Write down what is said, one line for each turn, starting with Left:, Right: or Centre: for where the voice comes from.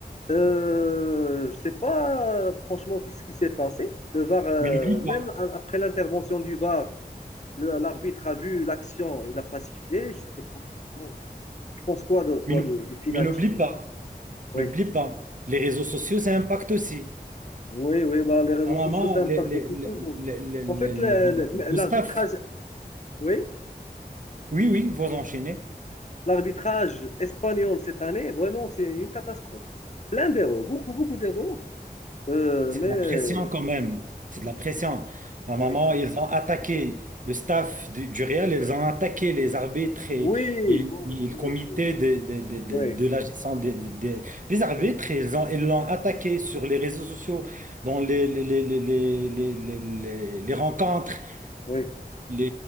Left: euh, je ne sais pas euh, franchement qu'est-ce qui s'est passé. Le VAR, euh,
Right: mais n'oublie
Left: même
Right: pas,
Left: après l'intervention du VAR, le- l'arbitre a vu l'action, il n'a pas sifflé. Je ne sais pas franchement. euh, tu penses quoi, de, toi,
Right: mais n'ou-
Left: du, du penalty?
Right: mais n'oublie pas,
Left: Oui,
Right: n'oublie pas, les réseaux sociaux, ça impacte aussi.
Left: oui, oui, bah, les réseaux
Right: Normalement,
Left: sociaux, ça impacte
Right: le, le-
Left: depuis
Right: le-
Left: toujours.
Right: le- le-
Left: En fait, le-
Right: le-
Left: le-
Right: le
Left: l'arbitrage,
Right: staff,
Left: oui,
Right: oui, oui, vous enchaînez.
Left: l'arbitrage espagnol cette année, vraiment, c'est une catastrophe. Plein d'erreurs, beaucoup, beaucoup d'erreurs. Euh,
Right: C'est
Left: mais,
Right: de la
Left: euh,
Right: pression quand même. C'est de la pression. Normalement,
Left: oui,
Right: ils ont attaqué le staff du, du Real, ils ont attaqué les arbitres et,
Left: oui,
Right: et- et
Left: bon,
Right: le
Left: oui,
Right: comité
Left: oui,
Right: de, de, de, de,
Left: oui,
Right: de la gestion des des- des- des arbitres. Ils ont, ils l'ont attaqué sur les réseaux sociaux, dans les, les, les, les, les, les, les les rencontres.
Left: oui,
Right: Les...